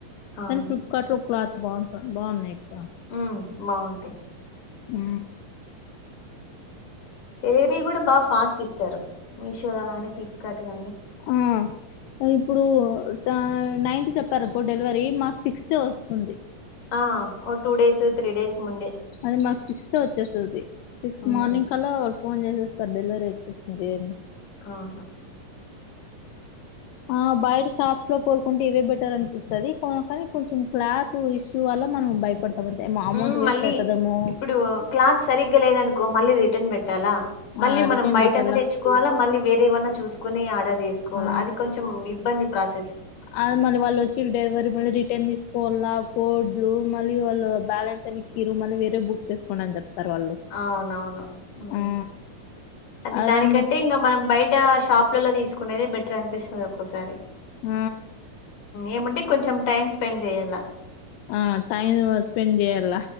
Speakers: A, on the left; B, on the left.
A: అవును
B: కనీ ఫ్లిప్కార్ట్ లో క్లాత్ బాన్సా బావున్నాయ ఆ
A: ఉ బావుంటయి.
B: ఊ
A: ఎలేటివీ గూడ బాగా ఫాస్ట్ ఇస్తారు మీషోలో గానీ, ఫ్లిప్కార్ట్ గానీ
B: ఊ ఇప్పుడు టైం నైన్త్ చెప్పారకో డెలివరీ మాకు సిక్స్ కే ఒస్తుంది.
A: ఆ ఓ టూ డేస్, త్రీ డేస్ ముందే
B: అది మాకు సిక్స్త కే ఒచ్చేస్తది సిక్స్త్
A: ఉమ్,
B: మార్నింగ్ కల్లా ఫోన్ చేసేస్తారు డెలివరీ ఒచ్చేసింది అని
A: అవును
B: ఆ బయట ఆ షాప్స్ లో పోల్ కుంటే ఇవే బెటర్ అనిపిస్తది కో కనీ కొంచెం క్లాతూ ఇష్యూ వల్ల మనం భయపడ కాబట్టి అమౌంట్
A: మ్మ్
B: వేస్టేయితదేమో
A: మళ్ళీ ఇప్పుడు క్లాత్ సరిగ్గా లేదనుకో మళ్ళీ రిటర్న్ బెట్టాలా మళ్ళీ
B: ఆ
A: మనం
B: రిటర్న్
A: బయటనే
B: పెట్టాల
A: తెచ్చ్ కోవాలా మళ్ళీ వేరే వన్నా చూసుకుని ఆర్డర్ చేసుకోవాలా
B: ఆ
A: అది కొంచెం ఇబ్బంది ప్రాసెస్
B: అది మళ్ళీ వాళ్ళు ఒచ్చిలు డెలివరీ మళ్ళీ రిటర్న్ తీసుకోవాలా కోడ్లు మళ్ళీ వాళ్ళు బ్యాలెన్స్ ఎనెక్ కిరూ వేరే బుక్ చేసుకోండి అని చెప్తారు వాళ్ళు
A: అవునవును ఊ
B: ఆ
A: అది
B: అదందు
A: దానికంటే ఇంగ మనం బయట షాప్లలలో తీసుకునేది బెటర్ అనిపిస్తది ఒక్కోసారి
B: ఊ
A: ఏమంటే కొంచెం టైం స్పెండ్ జేయ్యాల
B: ఆ టైం స్పెండ్ జేయాల